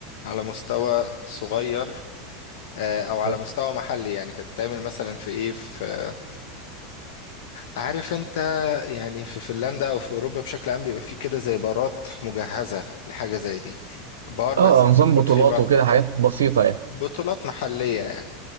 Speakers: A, on the left; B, on the right.
A: على مستوى صغير آه، أو على
B: مم.
A: مستوى محلي يعني كانت بتتعمل مثلا في إيه في آه، عارف أنت يعني في فنلندا أو في أوروبا بشكل عام بيبقى فيه كده زي بارات مجهزة لحاجة زي دي بار
B: اه
A: بس
B: نظام
A: موجود
B: بطولات
A: فيه برضه
B: وكده حاجات بسيطة يعني
A: بطولات محلية يعني